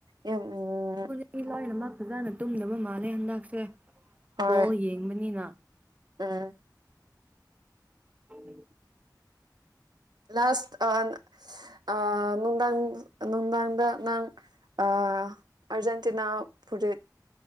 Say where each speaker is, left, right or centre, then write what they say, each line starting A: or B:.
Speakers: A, on the right (about 65°); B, on the right (about 20°).
A: ꯌꯥꯝ ꯎꯝ
B: ꯃꯤ ꯂꯣꯏꯅꯃꯛ ꯐꯖꯅ ꯇꯨꯝꯗꯕ ꯃꯥꯜꯂꯦ ꯍꯟꯗꯛꯁꯦ
A: ꯍꯣꯏ
B: ꯕꯣꯜ ꯌꯦꯡꯕꯅꯤꯅ
A: ꯎꯝ꯫
B: <inaudible>
A: ꯂꯥꯁ꯭ꯠ ꯑꯥꯟ ꯑꯥ ꯅꯨꯡꯗꯥꯥꯡ ꯅꯨꯡꯗꯥꯡꯗ ꯅꯪ ꯑꯥ ꯑꯥꯔꯖꯦꯟꯇꯤꯅꯥ ꯐꯨꯔꯤꯠ